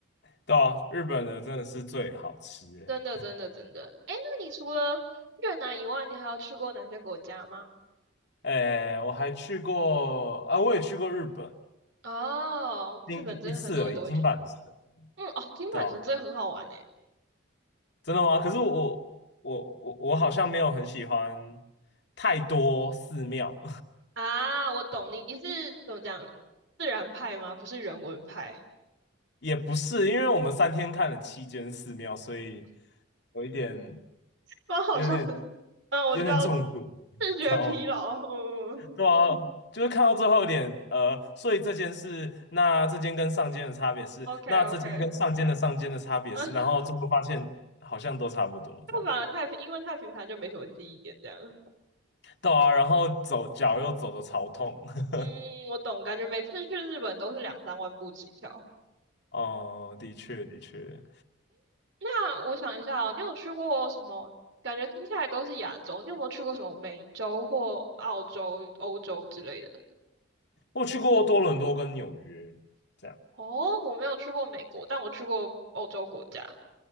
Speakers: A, on the left; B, on the right.
A: 对啊，日本的真的是最好吃诶。
B: 真的，真的，真的。哎，那你除了越南以外，你还有去过哪些国家吗？
A: 哎，我还去过啊，我也去过日本，
B: 哦，
A: 另一次而已，
B: 日本真的很多人都会去。
A: 金板神，
B: 嗯，哦，金板神真的很好玩诶。
A: 对啊，真的吗？可是我我我我好像没有很喜欢太多寺庙，
B: 啊，我懂你，你是怎么讲，自然派吗？不是人文派，
A: <laughs> 也不是，因为我们三天看了七间寺庙，所以有一点
B: <laughs> 蛮好笑的。
A: 有点
B: 嗯，我知道，
A: 有点中毒，
B: 视觉疲劳。
A: <laughs> 知道吗？
B: 嗯
A: 对啊，就是看到最后一点，呃，所以这件事，那这间跟上间的差别是，
B: ，OK
A: 那这间跟上间的上间的差别是，
B: OK，嗯，<laughs>
A: 然后最后发现好像都差不多这样。
B: 就反而太平，因为太平凡就没什么记忆点这样。
A: 对啊，然后走脚又走的超痛。<laughs>
B: 嗯，我懂，感觉每次去日本都是两三万步起跳。
A: 哦，的确的确，
B: 那我想一下哦，你有去过什么？感觉听下来都是亚洲，你有没有去过什么美洲或澳洲、欧洲之类的？
A: 我去过多伦多跟纽约这样。
B: <laughs> 哦，我没有去过美国，但我去过欧洲国家。<laughs>